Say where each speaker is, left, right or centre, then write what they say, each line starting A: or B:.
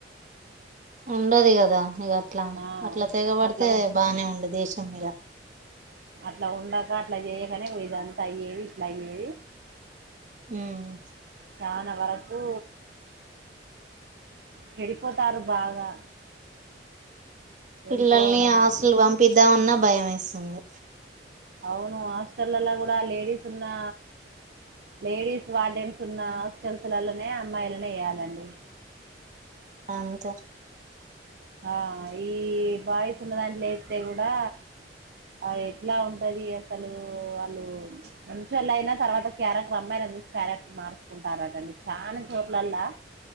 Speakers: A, on the right (about 45°); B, on the right (about 65°).
A: ఉండది కదా ఇక అట్లా
B: ఆ
A: అట్లా తెగబడితే
B: అట్లా
A: బానే ఉండదు దేశం మీద
B: అట్లా ఉండక అట్లా చేయకనే పోది అంతా అయ్యేది ఇట్లా అయ్యేది
A: మ్మ్
B: చాలా వరకు చెడిపోతారు బాగా చెడిపోవడము
A: పిల్లల్ని హాస్టల్ కి పంపిద్దామన్నా భయం వేస్తుంది
B: అవును హాస్టళ్లలో కూడా లేడీస్ ఉన్నా లేడీస్ వార్డెన్స్ ఉన్న హాస్టల్స్లలోనే అమ్మాయిలననీ వేయాలండి
A: అంతే
B: ఆ ఈ బాయ్స్ ఉన్న దాంట్లో ఎత్తే కూడా ఆ ఎట్లా ఉంటది అసలు వాళ్ళు మంచి వాళ్ళు అయినా తర్వాత క్యారెక్టర్ అమ్మాయి లను చూసి క్యారెక్టర్ మార్చుకుంటారటండి చాలా చోట్లలా